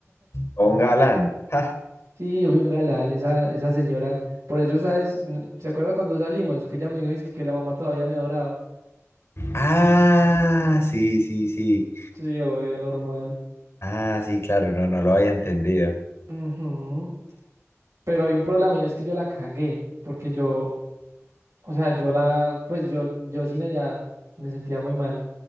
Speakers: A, on the left (about 55°); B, on the right (about 80°).
A: o un galán? <laughs> ¡Ja!
B: Sí, yo fui un galán, esa, esa señora, por eso esa es, ¿se acuerda cuando salimos? Que ella me dijo "Es que, que la mamá todavía me adoraba.
A: Ah, sí, sí, sí,
B: Sí, obvio, normal.
A: ah, sí, claro, no, no lo había entendido.
B: Ujú. Pero hay un problema y es que yo la cagué, porque yo, o sea, yo la, pues yo, yo sin ella me sentía muy mal.